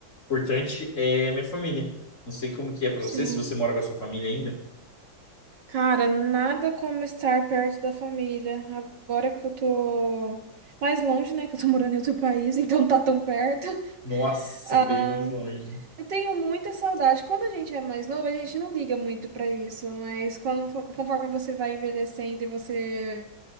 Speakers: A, on the left (about 40°); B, on the right (about 65°).
A: importante é a minha família. Não sei como que é para
B: Sim.
A: você, se você mora com a sua família ainda.
B: Cara, nada como estar perto da família. Agora que eu tô mais longe, né? Que eu tô morando em outro país, <laughs> então não tá tão perto.
A: Nossa,
B: Ah,
A: bem mais longe.
B: eu tenho muita saudade. Quando a gente é mais novo, a gente não liga muito pra isso, mas quando, fo- conforme você vai envelhecendo e você